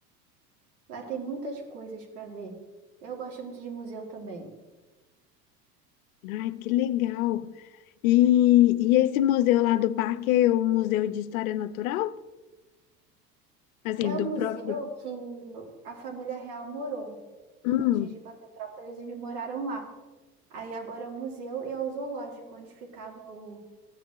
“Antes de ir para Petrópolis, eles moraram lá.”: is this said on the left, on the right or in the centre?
Right